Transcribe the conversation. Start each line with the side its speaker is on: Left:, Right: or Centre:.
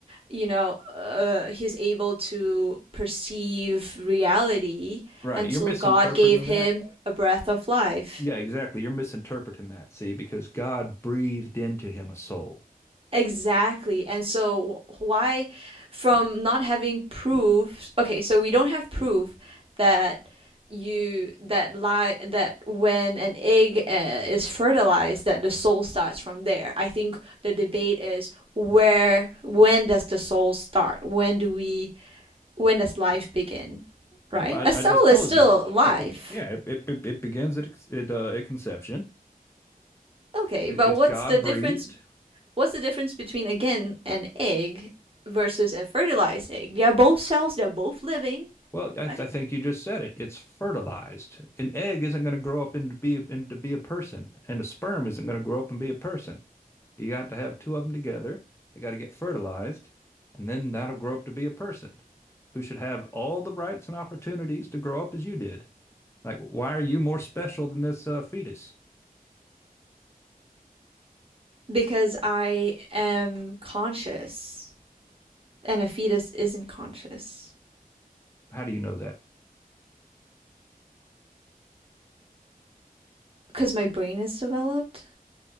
Right: you know, uh, he's able to perceive reality
Left: right,
Right: until
Left: you're misinterpreting
Right: God gave him
Left: that.
Right: a breath of life.
Left: Yeah, exactly. You're misinterpreting that. See, because God breathed into him a soul.
Right: Exactly. And so why from not having proof, okay, so we don't have proof that you that lie that when an egg uh, is fertilized that the soul starts from there. I think the debate is where when does the soul start? When do we when does life begin? Right?
Left: Well, I,
Right: A soul
Left: I just told
Right: is still
Left: you.
Right: life.
Left: It, be- yeah, it, it, it begins at it, uh, at conception.
Right: Okay,
Left: It,
Right: but
Left: it's
Right: what's
Left: God
Right: the difference
Left: breathed.
Right: What's the difference between, again, an egg versus a fertilized egg? They are both cells, they're both living
Left: Well, I, I
Right: Right.
Left: think you just said it. It's fertilized. An egg isn't going to grow up into be into be a person, and a sperm isn't going to grow up and be a person. You got to have two of them together. They got to get fertilized, and then that'll grow up to be a person who should have all the rights and opportunities to grow up as you did. Like, why are you more special than this uh, fetus?
Right: because I am conscious and a fetus isn't conscious
Left: How do you know that?
Right: because my brain is developed.